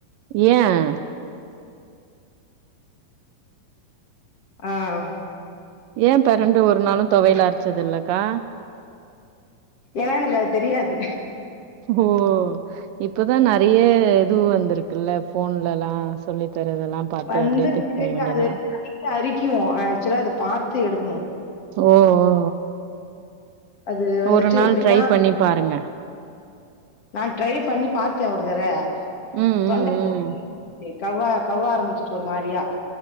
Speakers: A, on the right; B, on the left.
A: ஏன்
B: ஆஹ்
A: ஏன் பெரண்ட ஒருநாளும் தொவையலா அரச்சதில்லக்கா
B: ஏன்னா எனக்கு அது தெரியாது
A: ஓ இப்பதா நறைய இதுவு வந்துருக்குல்ல ஃபோன்லலா சொல்லி தரதெல்லா பாத்து
B: வந்திருக்கு
A: அப்டியே செய்ய வேண்டியதா
B: அது <inaudible> அரிக்கு ஆக்சுவலா அத பாத்து எடுக்கணு
A: ஓ ஓ
B: அது
A: ஓ
B: வந்துட்டு
A: ஒரு நாள்
B: எப்படின்னா
A: ட்ரை பண்ணி பாருங்க
B: நான் ட்ரை பண்ணி பாத்தே ஒரு தர
A: ம்
B: தொண்ட
A: ம் ம்
B: <inaudible> கவ்வா கவ்வ ஆரம்பிச்சிட்டு வொரு மாரியா